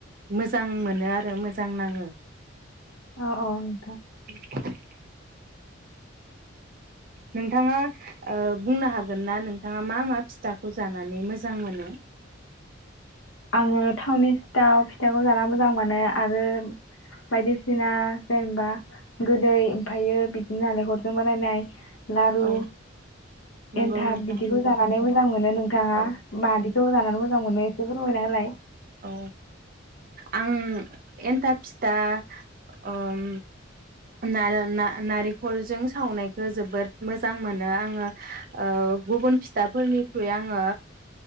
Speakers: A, on the right; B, on the left.
A: मोजां मोनो आरो मोजां नाङो
B: औ औ थां
A: <inaudible> नोंथाङा ओ बुंनो हागोनना नोंथाङा मा मा फिथाखौ जानानै मोजां मोनो?
B: आङो थावनि सिथाव फिथाखौ जाना मोजां मोनो आरो उम बायदिसिना जेनबा गोदै ओमफायो बिदिनो नालेखरजों बानायनाय लारु
A: औ नंगौ
B: एन्थाब
A: नोंथां
B: बिदिखौ जानानै मोजां मोनो नोंथाङा
A: औ
B: मादि खौ जानानै मोजां मोनो एसे फोर फोरमायना होलाय
A: औ आं एन्थाब फिथा आम नार-नारेंखलजों सावनायखौ जोबोद मोजां मोनो आङो गुबुन फिथाफोरनिख्रुइ आङो